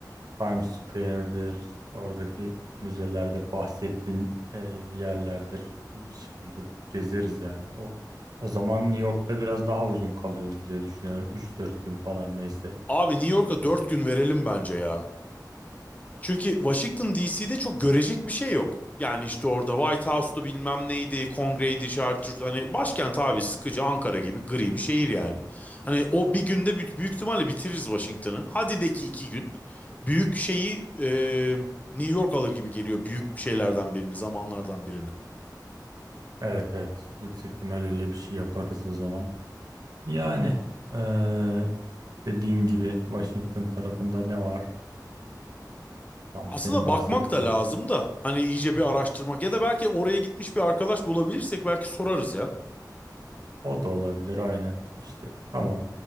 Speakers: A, on the right; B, on the left.
A: Times Square'dir, oradaki müzelerdir, bahsettiğin e, yerlerdir. Bir şekilde gezeriz yani. O o zaman New York'ta biraz daha uzun kalıyoruz diye düşünüyorum. üç dört gün falan neyse.
B: Abi New York'a 4 gün verelim bence ya. Çünkü Washington DC'de çok görecek bir şey yok. Yani işte orada White House'tu bilmem neydi, kongreydi, şart, hani başkent abi sıkıcı Ankara gibi gri bir şehir yani. Hani o bir günde büyük, büyük ihtimalle bitiririz Washington'ı. Hadi de ki iki gün. Büyük şeyi e, New York alır gibi geliyor büyük şeylerden birini, zamanlardan birini.
A: Evet evet yüksek ihtimal öyle bir şey yaparız o zaman. Yani eee, dediğin gibi Washington tarafında ne var? Tam
B: Aslında
A: senin bahsettiğin
B: bakmak da lazım
A: yer.
B: da hani iyice bir araştırmak ya da belki oraya gitmiş bir arkadaş bulabilirsek belki sorarız ya.
A: O da olabilir aynen işte tamam.